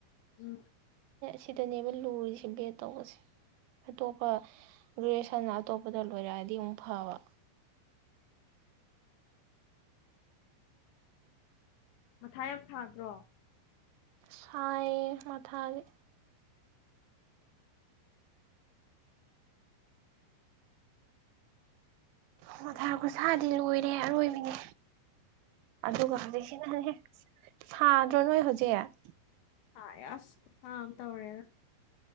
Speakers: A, on the left; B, on the right.
A: ꯎꯝ
B: ꯁꯤꯗꯅꯦꯕ ꯂꯨꯔꯤꯁꯦ ꯕꯦꯠ ꯇꯧꯕꯁꯦ ꯑꯇꯣꯞꯄ ꯒ꯭ꯔꯦꯖꯁꯟ ꯑꯇꯣꯞꯄꯗ ꯂꯣꯏꯔꯛꯑꯗꯤ ꯑꯃꯨꯛ ꯐꯕ
A: ꯃꯊꯥ ꯌꯥꯝ ꯁꯥꯗ꯭ꯔꯣ
B: ꯁꯥꯏ ꯃꯊꯥꯖꯦ
A: ꯎꯝ
B: ꯃꯊꯥ ꯈꯨꯁꯥꯗꯤ ꯂꯣꯏꯔꯦ ꯑꯔꯣꯏꯕꯤꯅꯦ ꯑꯗꯨꯒ ꯍꯧꯖꯤꯛ ꯁꯤꯅꯅꯦ ꯁꯥꯗ꯭ꯔꯣ ꯅꯣꯏ ꯍꯧꯖꯤꯛ
A: ꯁꯥꯌꯦ ꯑꯁ ꯈꯨꯁꯥ ꯑꯝ ꯇꯧꯔꯦꯗ